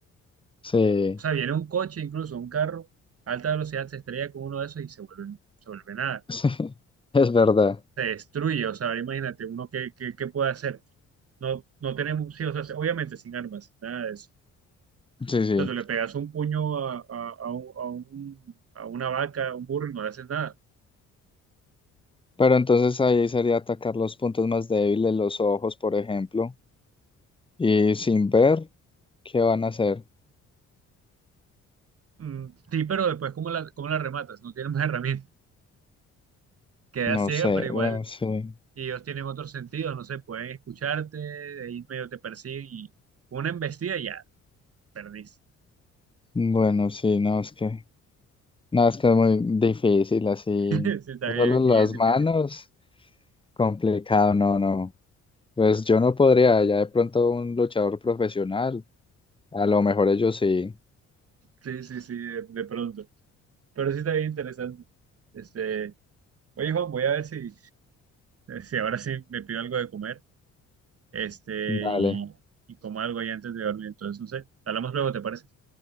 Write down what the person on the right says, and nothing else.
O sea, viene un coche, incluso un carro, a alta velocidad, se estrella con uno de esos y se vuelve, se vuelve nada.
Se destruye. O sea, ahora imagínate uno qué, qué, qué puede hacer. No, no tenemos, sí, o sea, obviamente sin armas, nada de eso.
O
sea, tú le pegas un puño a, a, a un, a un- a una vaca, a un burro y no le haces nada.
Mm, sí, pero después, ¿cómo la, cómo la rematas? No tienes más <laughs> herramientas. Queda
ciega,
pero igual
y ellos tienen otros sentidos, no sé, pueden escucharte, de ahí medio te persiguen y una embestida y ya, perdiste.
<laughs> Sí, está
bien,
bien difícil.
Sí, sí, sí, de, de pronto. Pero sí está bien interesante. Este, oye, Juan, voy a ver si, si ahora sí me pido algo de comer, este,
y, y como algo ahí antes de dormir. Entonces, no sé, hablamos luego, ¿te parece?